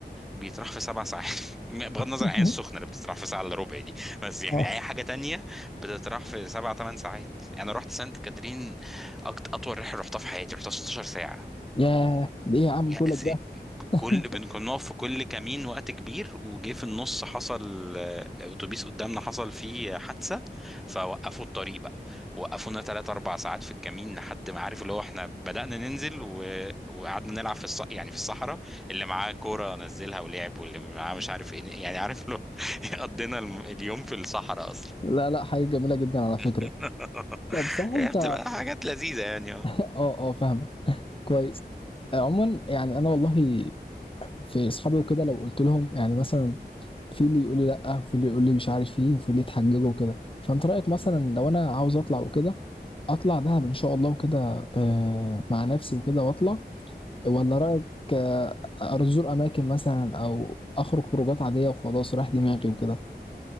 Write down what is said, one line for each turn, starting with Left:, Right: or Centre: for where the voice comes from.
Centre: بيتراح في سبع ساعات <laughs> بغض
Left: <laughs>
Centre: النظر عن العين السخنه اللي بتتراح في ساعه الا ربع دي بس يعني
Left: اه
Centre: اي حاجه تانية بتتراح في سبع ثمان ساعات انا رحت سانت كاترين أكت... اطول رحله رحتها في حياتي رحتها 16 ساعه
Left: ياه ليه يا عم
Centre: يا
Left: كل
Centre: زي
Left: ده
Centre: كل
Left: <laughs>
Centre: بن- كنا بنقف في كل كمين وقت كبير وجه في النص حصل آه، اتوبيس قدامنا حصل فيه حادثة فوقفوا الطريق بقى وقفونا تلات أربع ساعات في الكمين لحد ما عارف اللي هو احنا بدأنا ننزل و... وقعدنا نلعب في الص... يعني في الصحراء اللي معاه كورة نزلها ولعب واللي معاه مش عارف ايه يعني عارف لو <laughs> قضينا الم- اليوم في الصحراء أصلا
Left: لا لا حاجة جميلة جدا على فكرة
Centre: <laughs>
Left: طب صح
Centre: هي
Left: انت
Centre: بتبقى حاجات لذيذة يعني
Left: <laughs> اه اه فاهمك كويس آه، عموما يعني انا والله في اصحابي وكده لو قلت لهم يعني مثلا
Centre: اه
Left: في اللي يقول لي لا وفي اللي يقول لي مش عارف ايه وفي اللي يتحججوا وكده فانت رأيك مثلا لو انا عاوز اطلع وكده اطلع دهب ان شاء الله وكده آه، مع نفسي وكده واطلع ولا رأيك آه، ازور اماكن مثلا او اخرج خروجات عادية وخلاص رايح دماغي وكده